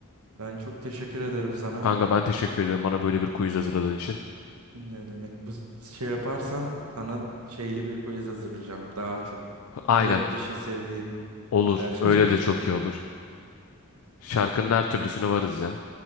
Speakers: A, on the right; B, on the left.
A: Ben çok teşekkür ederim sana.
B: Kanka ben teşekkür ederim bana böyle bir quiz hazırladığın için.
A: Ne demek bu şey yaparsan sana şeyli bir quiz hazırlayacağım. Daha çok
B: Aynen.
A: rap dışı sevdiğin
B: Olur.
A: der.
B: Öyle de
A: <laughs>
B: çok iyi olur. Şarkının
A: Tamam,
B: her türlüsüne varız ya.